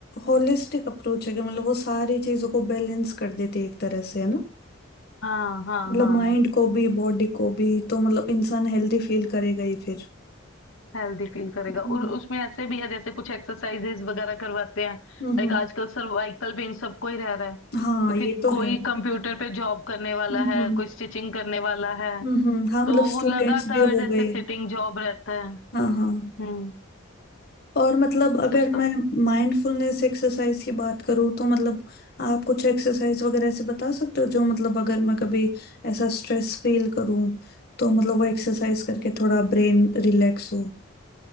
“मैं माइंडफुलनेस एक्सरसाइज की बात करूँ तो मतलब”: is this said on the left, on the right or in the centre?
Left